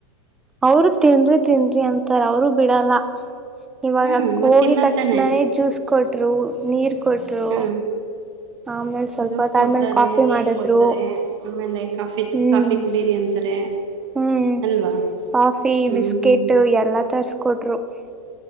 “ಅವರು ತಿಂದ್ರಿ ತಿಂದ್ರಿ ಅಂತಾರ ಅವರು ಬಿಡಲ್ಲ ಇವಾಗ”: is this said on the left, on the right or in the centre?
Centre